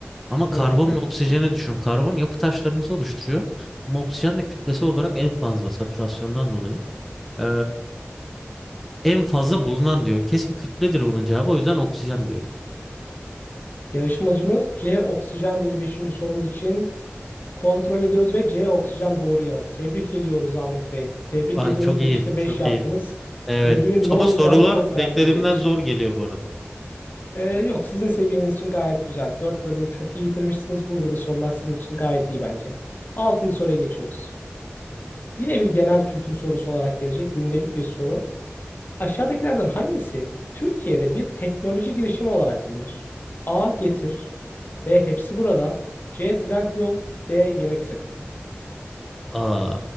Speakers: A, in the centre; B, on the left (about 45°).
A: Ama karbon
B: Hı hı.
A: ve oksijeni düşünün. Karbon yapı taşlarımızı oluşturuyor. Ama oksijen de kütlesi olarak en fazla satürasyondan dolayı. Ee, en fazla bulunan diyor. Kesin kütledir bunun cevabı. O yüzden oksijen diyorum.
B: Yarışmacımız C. Oksijen dedi beşinci sorumuz için. Kontrol ediyoruz ve C. Oksijen doğru yanıt. Tebrik ediyoruz Ahmet Bey. Tebrik
A: Ay
B: ediyoruz.
A: çok iyi.
B: beşte
A: Çok
B: 5 yaptınız.
A: iyi. Evet.
B: Ödülün ne
A: Ama
B: olacağını
A: sorular
B: çok merak
A: beklediğimden
B: ediyoruz.
A: zor geliyor bu arada.
B: Ee, yok sizin seviyeniz için gayet güzel. 4 bölümü çok iyi bitirmişsiniz. Burada da sorular sizin için gayet iyi bence. 6. soruya geçiyoruz. Yine bir genel kültür sorusu olarak gelecek. Gündelik bir soru. Aşağıdakilerden hangisi Türkiye'de bir teknoloji girişimi olarak bilinir? A. Getir B. Hepsi burada C. Trendyol D. Yemek sepeti
A: Aa,